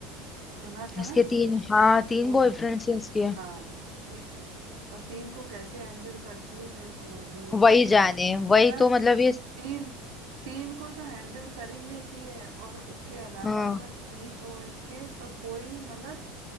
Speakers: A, on the right; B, on the left.
A: सुना था
B: इसके
A: ना
B: तीन हाँ तीन
A: तो
B: बॉयफ्रेंड्स हैं इसके
A: हाँ तीन और तीन को कैसे हैंडल करती है मेरे समझ में नहीं
B: वही
A: आती
B: जाने वही
A: पता है
B: तो मतलब ये
A: तीन तीन को तो हैंडल कर ही लेती है और उसके अलावा
B: हाँ
A: अगर तीस हो इसके तो कोई मतलब